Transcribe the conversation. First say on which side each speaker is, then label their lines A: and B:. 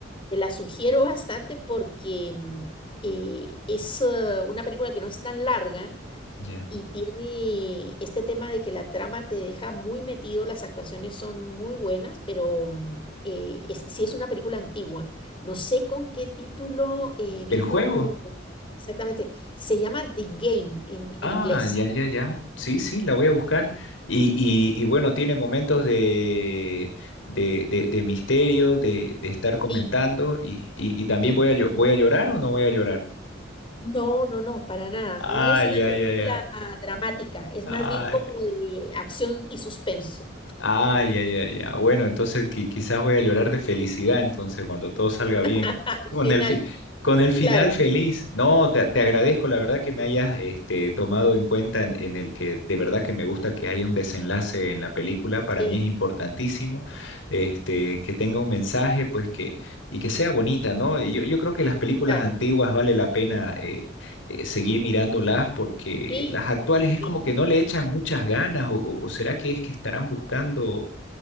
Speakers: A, on the left; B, on the left.
A: te la sugiero bastante porque mm, eh, es eh, una película que no es tan larga
B: Ya.
A: y tiene este tema de que la trama te deja muy metido, las actuaciones son muy buenas, pero mm, eh, es, sí es una película antigua. No sé con qué título eh, vino
B: ¿El juego?
A: exactamente. Se llama The Game en, en
B: Ah,
A: inglés.
B: ya, ya, ya. Sí, sí, la voy a buscar. Y, y, y bueno, tiene momentos de, de, de, de misterio, de, de estar comentando.
A: Sí,
B: Y, y, y también
A: sí.
B: voy a, llo- voy a llorar o no voy a llorar.
A: No, no, no, para nada.
B: Ay,
A: No es una película
B: ay, ay, ay.
A: dramática, es
B: Ay.
A: más bien como de acción y suspenso.
B: Ay, ay, ay, ya. Bueno, entonces qui- quizás voy a llorar de felicidad, entonces, cuando todo salga bien.
A: <laughs> Al
B: Con
A: final,
B: el fi- con el final
A: claro,
B: feliz. No, te, te agradezco, la verdad, que me hayas este, tomado en cuenta en, en el que de verdad que me gusta que haya un desenlace en la película. Para
A: sí,
B: mí es importantísimo este, que tenga un mensaje, pues que, y que sea bonita, ¿no? Y Yo, yo creo que las películas
A: claro.
B: antiguas vale la pena eh, eh, seguir mirándolas porque
A: Sí,
B: las actuales es
A: sí.
B: como que no le echan muchas ganas o, o- o será que es que estarán buscando,